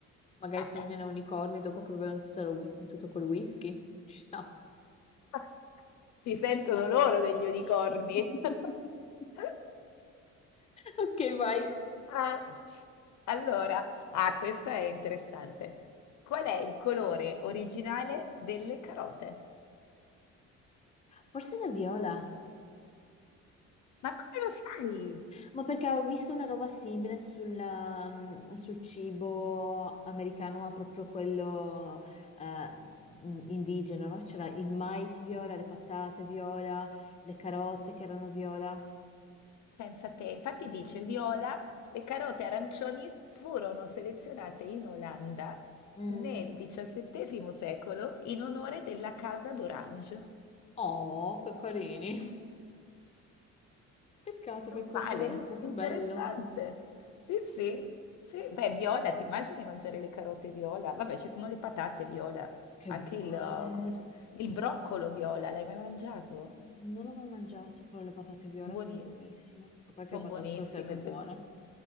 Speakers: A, on the left; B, on the left.
A: Magari
B: Vabbè,
A: sognano unicorni dopo che bevono tutto, lo whi- tutto quel whisky. Ci sta,
B: <laughs> si sentono
A: ci sta.
B: loro degli
A: <laughs>
B: unicorni. <laughs>
A: Ok, vai.
B: Ah, allora, ah, questa è interessante. Qual è il colore originale delle carote?
A: Forse una viola.
B: Ma come lo sai?
A: Ma perché avevo visto una roba simile sulla, mm, sul cibo americano, ma proprio quello eh, mm, indigeno, no? C'era il mais viola, le patate viola, le carote che erano viola.
B: Pensa te, infatti dice
A: Mm,
B: Viola,
A: mm,
B: le carote arancioni furono selezionate in Olanda
A: mm.
B: nel
A: Mm.
B: XVII secolo in onore della Casa d'Orange.
A: Oh, che carini. Peccato perché
B: Vale,
A: il colore era proprio
B: interessante.
A: bello.
B: Sì, sì,
A: Mm,
B: sì. Beh, viola, ti immagini mangiare le carote viola? Vabbè, ci sono le patate viola,
A: Che
B: anche
A: buone.
B: il, eh, come si- il broccolo viola, l'hai mai mangiato?
A: Non l'ho mai mangiato, però le patate viola
B: Buoni...
A: sono buonissime. Ma perché
B: Sono
A: le patate
B: buonissime.
A: sono sempre buone.
B: se-